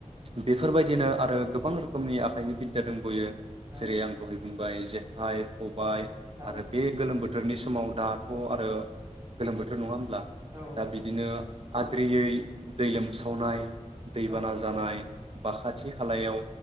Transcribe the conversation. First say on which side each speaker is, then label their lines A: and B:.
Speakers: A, on the right; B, on the right.
A: बेफोरबायदिनो आरो गोबां रोखोमनि आखाइनि बिद्दा दंबयो
B: औ
A: जेरै आं दहै बाय <unintelligible>
B: औ
A: <unintelligible> आरो बे गोलोम बोथोरनि समाव दाथ' आरो गोलोम बोथोर नङामोन <unintelligible>
B: औ
A: दा बिदिनो
B: औ
A: आद्रियै दै लोमसावनाय दैबाना
B: औ
A: जानाय बा खाथि खालायाव